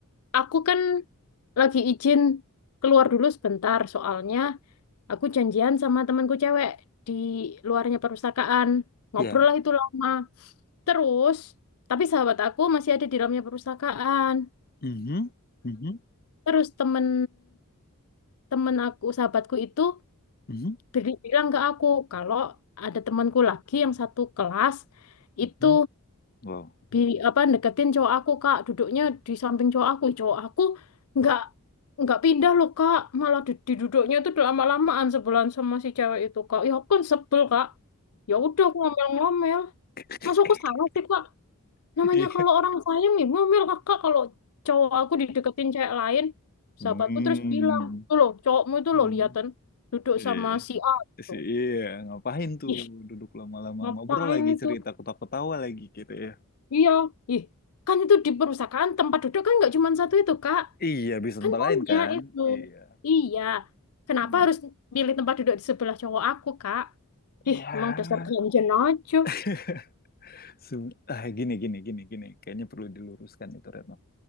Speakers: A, on the left; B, on the left.
A: aku kan lagi izin keluar dulu sebentar soalnya Aku janjian sama temanku cewek di luarnya perpustakaan. Ngobrol
B: Iya.
A: lah itu lama. Terus, tapi sahabat aku masih ada di dalamnya perpustakaan.
B: Mhm. Mhm.
A: Terus temen temen aku, sahabatku itu
B: Mhm.
A: beri- bilang ke aku kalau ada temanku lagi yang satu kelas
B: Mhm.
A: itu
B: Wow.
A: bi apa deketin cowok aku kak duduknya di samping cowok aku cowok aku nggak nggak pindah loh kak malah di, di duduknya itu udah lama-lamaan sebelan sama si cewek itu kak ya aku kan sebel kak ya udah aku ngomel-ngomel
B: <laughs>
A: masuk aku salah sih kak namanya
B: Iya.
A: kalau orang sayang nih ngomel kakak kalau cowok aku dideketin cewek lain
B: Hmm.
A: sahabatku terus bilang tuh loh cowokmu itu
B: Hmm.
A: loh liatan duduk
B: Iya.
A: sama si A gitu.
B: Si- Iya. Ngapain tuh
A: ih
B: duduk lama-lama
A: ngapain
B: ngobrol lagi
A: itu
B: cerita ketawa-ketawa lagi gitu ya.
A: iya ih kan itu di perpustakaan tempat duduk kan nggak cuma satu itu kak
B: Iya, bisa
A: Kan
B: tempat
A: punya
B: lain kan?
A: itu.
B: Iya.
A: Iya. Kenapa
B: Hmm.
A: harus pilih tempat duduk di sebelah cowok aku, Kak?
B: Iya.
A: Ih, emang dasar ganjen aja.
B: <laughs> Se- Ah, gini, gini, gini, gini. Kayaknya perlu diluruskan itu, Retno.